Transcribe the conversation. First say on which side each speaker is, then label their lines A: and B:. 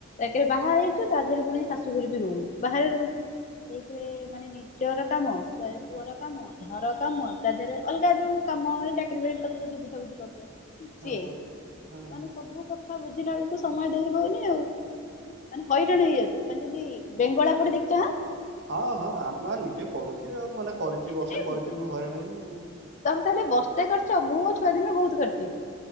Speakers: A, on the left; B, on the right.
A: ଏକେରେ ବାହା ହେଇଚୁ ତା ଦେହରେପୁଣି ଶାଶୁଘରୁଯିବୁ। ବାହାରୁ ଏଇଥିରେ ମାନେ ନିଜର କାମ। ତାପରେପୁଅର କାମ। ଘର କାମ ତା ଦେହରେ ଅଲଗା ଯୋଉ କାମ ଏ ଚାକିରି ବାକିରି କଥା ଯଦି ବୁଝାବୁଝି କରୁଥୁବ।
B: ହଁ
A: ସିଏ
B: ହଁ। ହଁ
A: ମାନେ
B: ହଁ
A: ସବୁ କଥା ବୁଝିଲା ବେଳକୁ ସମୟ ଦେଇ ହୋଉନି ଆଉ। ମାନେ ହଇରାଣ ହେଇଯାଉଚି। ମାନେ ଯଦି ବେଙ୍ଗଳା କୋଉଠି ଦେଖିଚନା?
B: ହଁ ହଁ ଆମେବା ନିଜେ କରୁଚି ଆଉ ମାନେ କରିଚି ବର୍ଷେ
A: ନା
B: କରିଚି ମୁଁ ହଇରାଣ ହେଲି ଆଉ।
A: ତମେ ତାହେଲେ ବସ୍ତେ କରିଚ। ମୁଁ ଛୁଆ ଦିନେ ବହୁତ୍ କରିଚି।